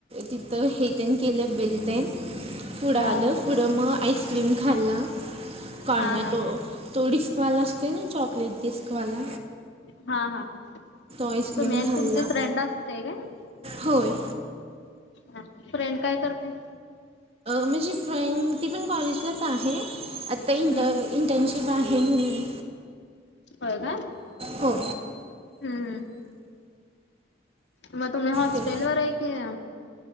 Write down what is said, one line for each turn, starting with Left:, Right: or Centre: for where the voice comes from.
Right: तिथं हेटन केलं बेलटन. पुढ आल
Left: हा
Right: पुढ मग आईस्क्रीम खाल ना का
Left: हा
Right: नाही
Left: हा
Right: तो तो डिस्क वाला असते ना चॉकलेट डिस्क वाला.
Left: हा हा तुम्ही
Right: आईस्क्रीम
Left: आणि
Right: खाल्ला
Left: तुमची फ्रेंड असते काय?
Right: होय.
Left: हा फ्रेंड काय करते?
Right: माझी फ्रेंड ती पण कॉलेजलाच आहे आत्ता इंट
Left: हम्म
Right: इंटर्नशिप
Left: हम्म
Right: शिप आहे म्हणून.
Left: होय का
Right: हो
Left: हम्म हम्. मग तुम्ही हॉस्टेल
Right: ते
Left: वर आहे की